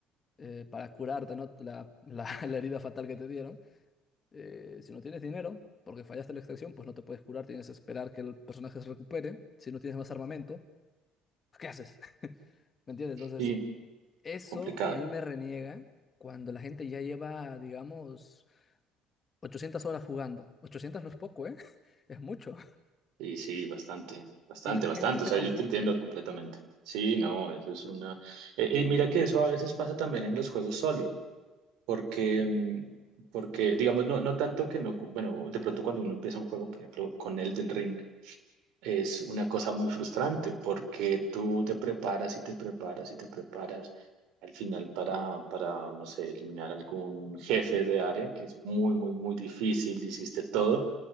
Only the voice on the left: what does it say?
eh, para curarte, ¿no? La, la, <laughs> la herida fatal que te dieron, eh, si no tienes dinero, porque fallaste la extracción, pues no te puedes curar, tienes que esperar que el personaje se recupere. Si no tienes más armamento, ¿qué haces? <laughs> ¿Me entiendes? Entonces...
Eso
a mí me reniega cuando la gente ya lleva, digamos, 800 horas jugando. ochocientas no es poco, ¿eh? <laughs> Es mucho.
Y la gente
se
confunde.
Ah.